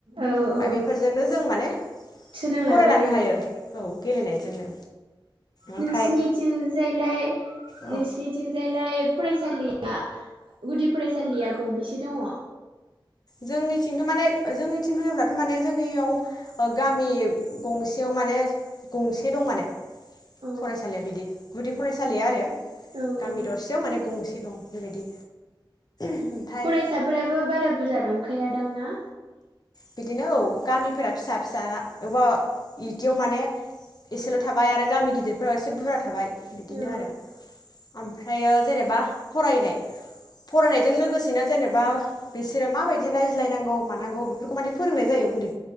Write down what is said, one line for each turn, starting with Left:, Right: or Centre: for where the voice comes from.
Right: औ औ
Left: ओमफ्राय बेफोरजोंनो जों माने,
Right: सोलोंलांनो
Left: फरायलांनो
Right: हायो।
Left: औ गेलेनायजोंनो ओमफ्राय
Right: नोंसिनिथिंजायलाय
Left: औ
Right: नोंसिनिथिंजायलाय फरायसालिया गुदि फरायसालिया गंबेसे दङ?
Left: जोंनिथिंथ' माने जोंनिथिं होनोब्लाथ' माने जोंनियाव गामि गंसेयाव माने गंसे दं माने
Right: अ
Left: फरायसालिया बिदि गुदि फरायसालिया आरो
Right: औ
Left: गामि
Right: औ
Left: दरसेयाव माने गंसे। दं बेबायदि ओमफ्राय
Right: फरायसाफोराबो बारा बुरजा दं। खायादांना?
Left: बिदिनो औ गामिफोरा फिसा फिसा बबा बिदियाव माने एसेल' थाबाय आरो गामि गिदिरफोराव एसे बुरजा थाबाय। बिदिनो
Right: औ
Left: आरो ओमफ्रायो। जेनेबा फरायनाय फरायनायजों लोगोसेनो जेनेबा बिसोरो माबायदि रायज्लायनांगौ मानांगौ। माने फोरोंनाय जायो उन्दै